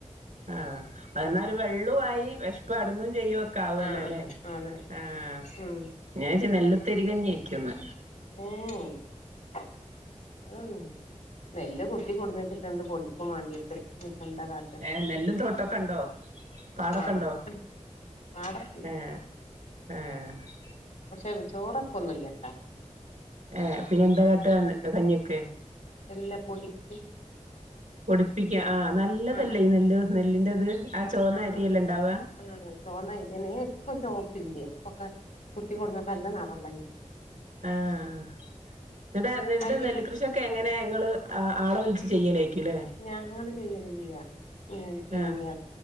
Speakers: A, on the right; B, on the left.
A: ആഹ് ഒരു വെള്ളൂ ആയി വിഷപ്പടുങ്ങും ചെയ്യും. ക്കാവല്ലോ
B: ആഹ് ആഹ്
A: ല്ലേ
B: അതെ
A: ആഹ്
B: ഉം
A: ഞാച്ചി നെല്ലത്തരി കഞ്ഞയ്ക്കന്ന്.
B: ഏ ഏ <unintelligible> നെല് കുത്തി കൊടുന്ന് വെച്ചിട്ടുണ്ട് പൊടിക്കും വേണ്ടിയിട്ട് നന്ത കാ
A: ഏർ നെല്ലും തോട്ടൊക്കെ ഉണ്ടോ പാടൊക്കെണ്ടോ
B: ആഹ് അതൊക്കെ പാടൊക്കെണ്ട്
A: ഏർ. ഏഹ്
B: പക്ഷെ ചോറൊക്കെ ഒന്നുല്ലട്ടാ.
A: ഏഹ് പിന്നെ എന്താ കേട്ട കഞ്ഞിയൊക്കെ.
B: എല്ല പൊടിക്കും
A: പൊടിപ്പിക്ക ആഹ് നല്ലതല്ലേ
B: ആഹ് പൊടിക്ക്
A: ഈ നെല്ല് നെല്ലിൻന്റെത് ആ ചോന്ന
B: ആഹ്
A: അരിയെല്ലാ ഉണ്ടാവ
B: ആഹ് ചോന്നായിരിയ എപ്പ ചോപ്പില്യ അപ്പൊക്കെ കുത്തി കൊടുന്ന ക്കല്ലാം നിറല്ലായി
A: ആഹ് എന്നട്ട നേരിട്ട്
B: അരി
A: നെല്ലിക്കൃഷിയെ ക്കെ എങ്ങനെ ങ്ങള് ആളെ വിളിച്ച് ചെയ്യലായിരിക്കും ല്ലേ
B: ഞങ്ങള് ചെയ്യലില്ല പിന്നെ
A: ആഹ്